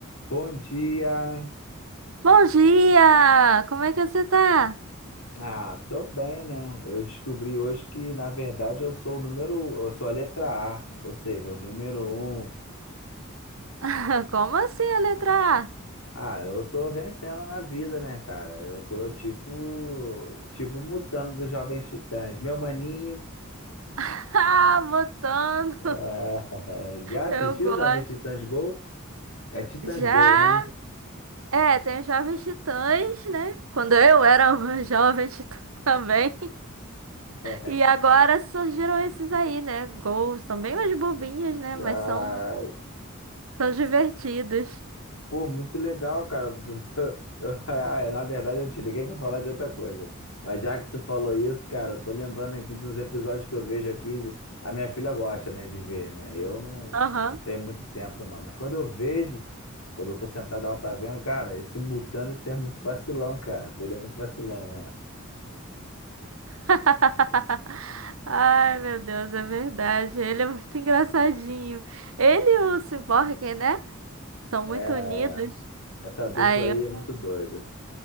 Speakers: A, on the left; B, on the right.
A: Bom dia.
B: Bom dia! Como é que você tá?
A: Ah, tô bem, né? Eu descobri hoje que, na verdade, eu sou o número, eu sou a letra A, ou seja, o número um.
B: <laughs> Como assim a letra
A: Ah, eu tô vencendo na vida, né, cara? Eu tô tipo, tipo mutando dos Jovens Titãs. Meu maninho,
B: A? <laughs> Ah, botando.
A: eh, <laughs> já assistiu
B: Eu gosto.
A: Jovens Titãs Go? É Titãs
B: Já?
A: Go, né?
B: É, tem os Jovens Titãs, né? Quando eu era <laughs> uma jovem titã <laughs> também.
A: <laughs>
B: E agora surgiram esses aí, né? Gols. São bem mais bobinhos, né?
A: Ah,
B: Mas são, são divertidos.
A: Pô, muito legal, cara. <laughs> Tu- tu- eu- <laughs> ah, é, Na verdade, eu te liguei pra falar de outra coisa. Mas já que tu falou isso, cara, eu tô lembrando aqui dos episódios que eu vejo aqui. A minha filha gosta, né, de ver, né? Eu não,
B: Aham.
A: não tenho muito tempo, não. Mas quando eu vejo, quando eu tô sentado, ela tá vendo, cara, esse Mutano, esse é muito vacilão, cara. Ele é muito vacilão.
B: <laughs> Ai, meu Deus, é verdade. Ele é muito engraçadinho. Ele e o Cyborg, né? São
A: É,
B: muito
A: é.
B: unidos.
A: Essa dupla
B: Aí,
A: aí
B: eu-
A: é muito doida.